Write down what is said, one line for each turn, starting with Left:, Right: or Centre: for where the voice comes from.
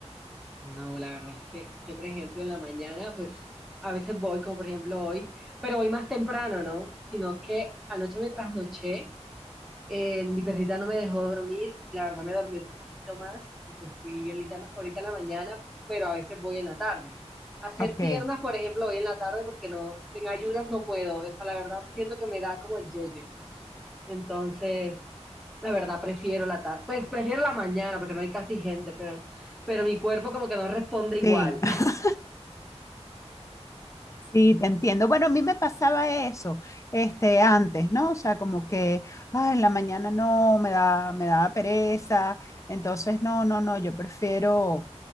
Centre: no, la verdad es que yo, por ejemplo, en la mañana, pues a veces voy, como por ejemplo hoy, pero voy más temprano, ¿no? Sino que anoche me trasnoché Eh, mi perrita no me dejó dormir, la verdad me dormí otro poquito más y pues fui ahorita, ahorita en la mañana, pero a veces voy en la tarde. Hacer
Left: Ok,
Centre: piernas, por ejemplo, voy en la tarde porque no, en ayudas no puedo, esa la verdad siento que me da como el yeye. Entonces, la verdad prefiero la tarde, pues prefiero la mañana porque no hay casi gente, pero, pero mi cuerpo como que no responde igual.
Left: sí. <laughs> Sí, te entiendo. Bueno, a mí me pasaba eso, este, antes, ¿no? O sea, como que, ah, en la mañana no, me da, me daba pereza. Entonces, no, no, no, yo prefiero,